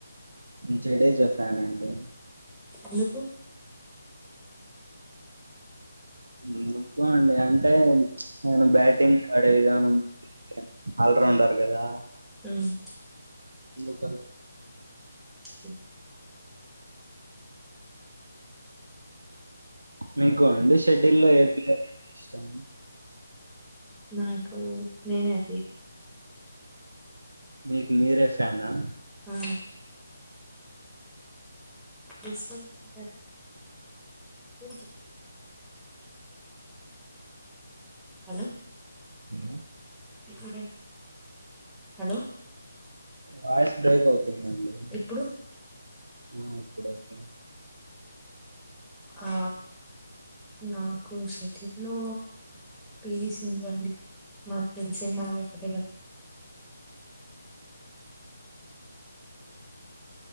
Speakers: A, on the right; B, in the centre.
A: జడేజా ఫ్యాన్ అండి
B: ఎందుకు
A: ఎందుకో అండి అంటే అయినా బ్యాటింగ్ ఆడే విధానం ఆల్ రౌండర్ కదా
B: ఉమ్
A: ఎందుకలో
B: టి
A: మీ మీకు అంది షటిల్ లో ఏ ప్లేయర్ అంటే ఇష్టం
B: నాకు నేనే అండి
A: మీకు మీరే ఫ్యాన్ ఆ
B: ఆ కిస్మత్ <inaudible> ఏంటి హాలో
A: ఏమో
B: <inaudible> హాలో
A: వాయిస్ బ్రేక్ అవుతుంది అర్థం కావట్లేవు
B: ఇప్పుడు
A: ఆ ఇప్పుడు ఓకే
B: ఆ నాకు షేట్టిలో పీవీ సింధు అండి మనాకు తెలిసిందా ఆమె ఒకటే కదా